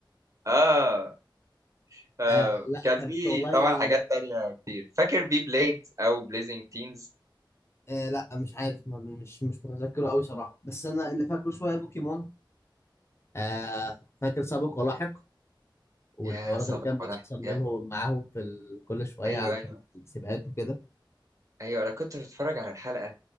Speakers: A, on the right; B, on the left.
A: اه آه
B: آه لا
A: كان
B: كانت
A: في
B: والله
A: طبعا حاجات
B: لا,
A: تانية كتير فاكر بي بليد او بليزنج تينز
B: آه لا مش عارف ما- مش مش متذكره قوي صراحه بس انا اللي فاكره شويه بوكيمون آه فاكر سابق ولاحق والحوارات
A: يا صابر
B: اللي كانت
A: ولا
B: بتحصل
A: حاجة
B: منهم معاهم في ال- كل شويه
A: ايوه
B: على
A: ايوه
B: السباقات وكده
A: ايوه انا كنت بتفرج على الحلقة